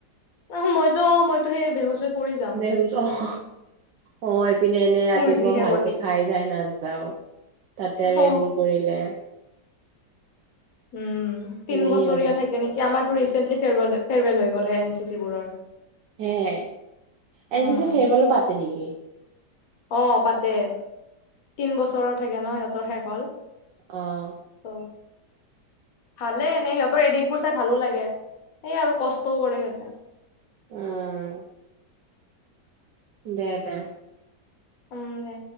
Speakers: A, on the left (about 55°); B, on the right (about 75°).
A: ন মইতো মইতো সেই বেহুচ হৈ পৰি যাম
B: বেহুচ আহ অ এইপিনে এনে ৰাতিপুৱা
A: মোৰ যিহে
B: ভালকে
A: বডি
B: খাই ধাই নাযাও তাতে আৰু
A: অ
B: এইবোৰ কৰিলে
A: উম তিন
B: নেহি
A: বছৰীয়া
B: হ'বা
A: থাকে নেকি আমাৰ টো ৰিচেন্টলি ফেৰৱেল ফেৰৱেল হৈ গ'ল এন চি চিবোৰৰ
B: হে এন
A: উম
B: চি চি ফেৰৱেলো পাতে নেকি?
A: অ পাতে তিন বছৰৰ থাকে ন সিহঁতৰ শেষ হল
B: অহ
A: ত ভালে এনেই সিহঁতৰ এডিট বোৰ চাই ভালো লাগে সেই আৰু কষ্টও কৰে সিহঁতে
B: উম দে দে
A: উম দে